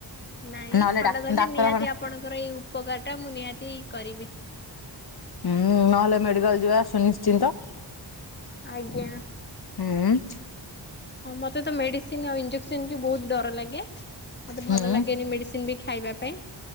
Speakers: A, on the left; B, on the left.
A: ନାଇଁ
B: ନହେଲେ
A: ଥଣ୍ଡା ଧରିଲେ
B: ଡାକ୍ତରଖାନା
A: ନିହାତି ଆପଣଙ୍କର ଏଇ ଉପକାରଟା ମୁଁ ନିହାତି କରିବି।
B: ହୁଁ ନହେଲେ ମେଡିକାଲ ଯିବା। ସୁନିଶ୍ଚିନ୍ତ
A: ଆଜ୍ଞା
B: ହୁଁ।
A: ହଁ ମତେ ତ ମେଡିସିନ ଆଉ ଇଞ୍ଜେକ୍ସନ କି ବହୁତ ଡର ଲାଗେ, ମତେ
B: ହୁଁ
A: ଭଲ ଲାଗେନି ମେଡିସିନ ବି। ଖାଇବା ପାଇଁ।